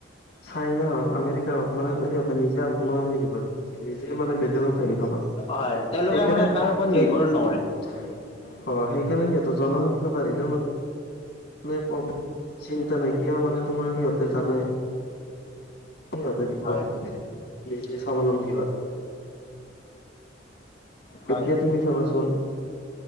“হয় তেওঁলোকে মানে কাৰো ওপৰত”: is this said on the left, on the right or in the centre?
Left